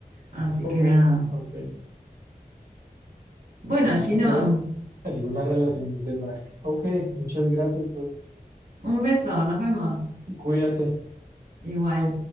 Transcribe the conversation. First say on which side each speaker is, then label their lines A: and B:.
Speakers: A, on the right; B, on the right.
A: así
B: ok,
A: que nada.
B: ok,
A: Bueno,
B: ok,
A: Gino,
B: pero alguna relación tendrá. Ok, muchas gracias, pues
A: un beso, nos vemos
B: cuídate.
A: igual.